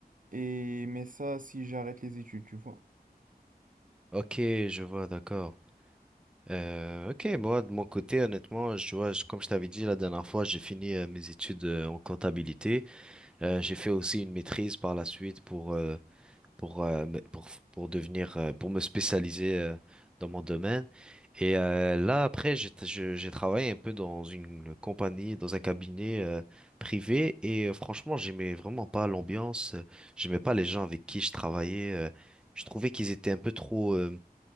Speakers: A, on the right; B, in the centre.
A: Et, mais ça, si j'arrête les études, tu vois.
B: Ok, je vois, d'accord. Euh, ok, moi de mon côté, honnêtement, je vois, je- comme je t'avais dit la dernière fois, j'ai fini euh, mes études euh, en comptabilité. Euh, j'ai fait aussi une maîtrise par la suite pour, euh, pour, euh, me- pour, pour devenir, euh, pour me spécialiser euh, dans mon domaine. Et euh, là, après, j'ai je- j'ai travaillé un peu dans une compagnie, dans un cabinet euh, privé. Et euh, franchement, j'aimais vraiment pas l'ambiance. euh, J'aimais pas les gens avec qui je travaillais. euh, je trouvais qu'ils étaient un peu trop, euh,